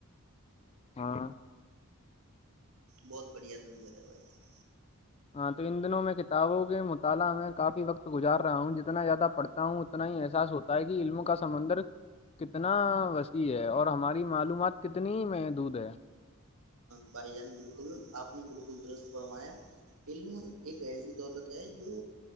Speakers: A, on the left (about 30°); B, on the right (about 85°).
A: ہاں
B: بہت بڑھیا طبیعت ہے بھائی جان <unintelligible>
A: ہاں تو ان دنوں میں کتابوں کے مطالعہ میں کافی وقت گزار رہا ہوں جتنا زیادہ پڑھتا ہوں اتنا ہی احساس ہوتا ہے کہ علم کا سمندر کتنا وسیع ہے اور ہماری معلومات کتنی محدود ہے
B: بھائی جان بالکل آپ نے بالکل درست فرمایا علم ایک ایسی دولت ہے جو